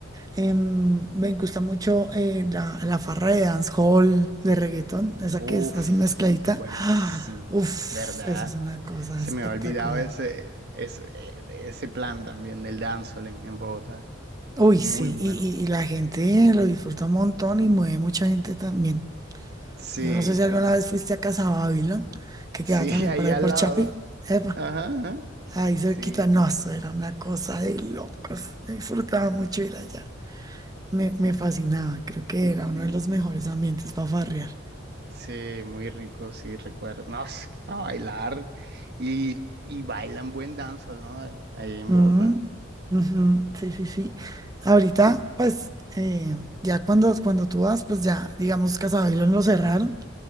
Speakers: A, on the right; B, on the right.
A: Em, me gusta mucho eh, la, la farra de dancehall, de reggaetón, esa
B: Uf,
A: que es así mezcladita.
B: buenísimo,
A: <gasps> ¡Ah! Uf,
B: ¿verdad?
A: eso es una cosa
B: Se
A: espectacular.
B: me ha olvidado ese, ese, ese plan también del dancehall en en Bogotá.
A: Uy,
B: Muy
A: sí,
B: bueno.
A: y, y- y la gente lo disfruta un montón y mueve mucha gente también.
B: Sí,
A: Yo no sé si alguna vez fuiste a Casa Babilón, que
B: Sí,
A: queda también
B: <laughs> ahí
A: para ahí
B: al
A: por
B: lado.
A: Chapi. Epa,
B: Ajá, ajá.
A: ahí cerquita.
B: Sí,
A: No, eso era una cosa de locos. Disfrutaba mucho ir allá. Me, me fascinaba. Creo que era uno de los mejores ambientes para farrear.
B: sí, muy rico, sí, recuerdo. No, es que para bailar. Y, y bailan buen danzol, ¿no? Ahí en
A: Ujú,
B: Bogotá.
A: ujú, Sí, sí, sí. Ahorita, pues, eh, ya cuando, cuando tú vas, pues ya, digamos, Casa Babilón lo cerraron.